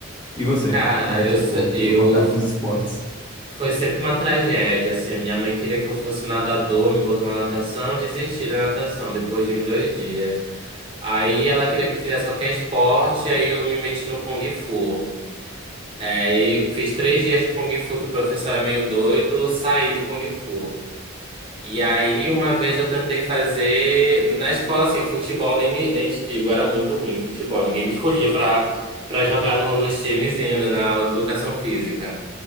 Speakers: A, on the left (about 20°); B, on the right (about 25°).
A: E você?
B: Cara,
A: Como é que,
B: eu,
A: tipo,
B: se- eu,
A: seu contato com os esportes?
B: foi sempre uma tragédia, assim, a minha mãe queria que eu fosse nadador, me botou na natação, eu desisti da natação depois de uns dois dias. Aí ela queria que eu fizesse qualquer esporte, aí eu me meti no Kung Fu. É, Aí fiz três dias de Kung Fu, que o professor era meio doido, saí do Kung Fu. E aí uma vez eu tentei fazer, na escola assim, futebol nem, me, nem te digo, era muito ruim de futebol, ninguém me escolhia pra, para jogar no, nos times ainda na aula de educação física.